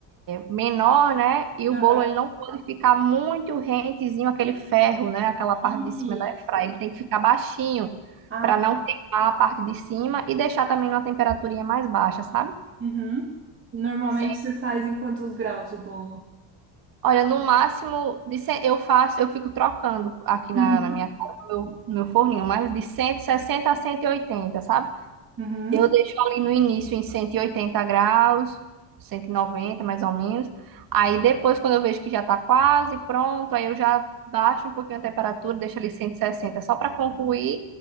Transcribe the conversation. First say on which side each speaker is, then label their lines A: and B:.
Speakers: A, on the right; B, on the right.
A: menor, né? E o
B: Aham.
A: bolo ele não pode ficar muito rentezinho aquele ferro, né? Aquela parte
B: Isso.
A: de cima da airfryer, ele tem que ficar baixinho
B: Ah,
A: para não
B: tá.
A: queimar a parte de cima e deixar também numa temperaturinha mais baixa, sabe?
B: Uhum. Normalmente
A: Sim.
B: você faz em quantos graus o bolo?
A: Olha, no máximo de cem- eu faço, eu fico trocando aqui na,
B: Uhum.
A: na minha casa, no meu, no meu forninho, mas de 160 a 180, sabe?
B: Uhum.
A: Eu deixo ali no início em 180 graus, 190 mais ou menos. Aí depois, quando eu vejo que já tá quase pronto, aí eu já baixo um pouquinho a temperatura, deixo ali 160, só para concluir